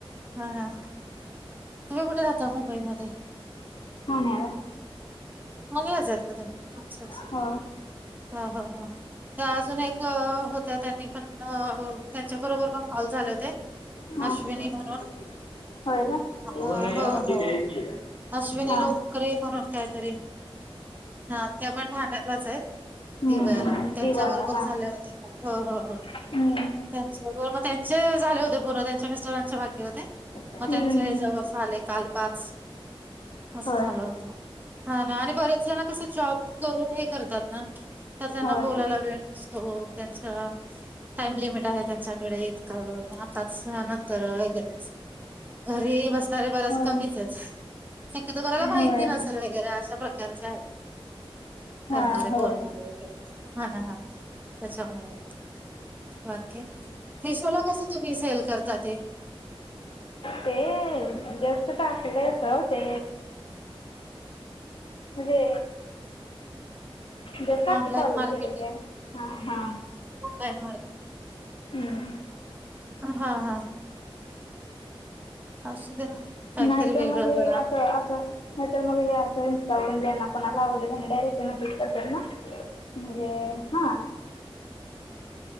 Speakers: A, on the right (about 20°); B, on the left (about 60°).
A: हा हा तुम्ही कुठे राहता मुंबई मध्ये
B: ठाण्याला
A: ठाणे भागच आहेत का तुम्ही आच्छा आच्छा
B: हो
A: हा हा हा त्या अजून एक होत्या त्यांनी पण त्यांच्या बरोबर पण कॉल झाले होते
B: हा
A: अश्विनी म्हणून
B: होय
A: हो,
B: का
A: हो, हो.
B: आहे
A: अश्विनी
B: हा
A: लोकरे म्हणून काहीतरी हा त्या पण ठाण्यालाच आहेत
B: हम्म
A: दिव्याला
B: हम्म
A: यांच्या
B: दिवाला
A: बरोबर
B: हा
A: झाले होते हो हो
B: हम्म
A: त्यांच्या <inaudible> कॉल म त्यांचे झाले होते पूर्ण त्यांच्या मिस्टरांच्या बाकी होते
B: हम्म
A: म त्यांच्या याच्यावर
B: हम्म
A: झाले काल पाच असं
B: होय
A: झालं होतं हा ना आणि बरेच जण कसं जॉब करून हे करतात ना तर त्यांना
B: होय
A: बोलायला वेळ नसतो त्यांचा टाइम लिमिट आहे त्यांच्याकडे आताच नंतर वगैरे अस घरी बसणारे बराच
B: होय
A: कमीच आहेत शक्यतो कोणाला माहिती
B: होय
A: नसेल हे कारण अशा प्रकारच आहे करणारे
B: हा होय
A: बोलणारे हा ना हा त्याच्यामुळे मग बाकी मेशोला कसं तुम्ही सेल करता ते
B: ते जस्ट टाकलंय अस ते म्हणजे जस्ट आत्ता
A: ऑनलाईन
B: चालू
A: मार्केटिंग
B: केलय ते हा हा
A: ऑनलाईन <inaudible>
B: हम्म
A: हा हा असूदे ना काहीतरी
B: नाही तर
A: वेगळं
B: मग हे
A: जरा
B: असं असं नाही तर मग हे असं इस्टावरून ज्यांना कोणाला आवडलं त्यांनी डायरेक्ट मेसेज करतात ना. म्हणजे हा